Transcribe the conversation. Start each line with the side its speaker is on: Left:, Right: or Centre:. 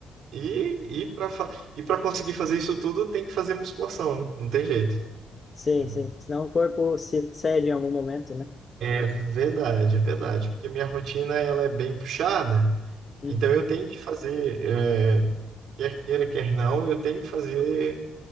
Right: E, e para e para conseguir fazer isso tudo, tem que fazer musculação, né? Não tem jeito.
Left: Sim,
Right: né?
Left: sim. Senão o corpo se cede em algum momento, né?
Right: É verdade, é verdade. Porque minha rotina ela é bem puxada,
Left: Uhum.
Right: então eu tenho que fazer, é, quer queira, quer não, eu tenho que fazer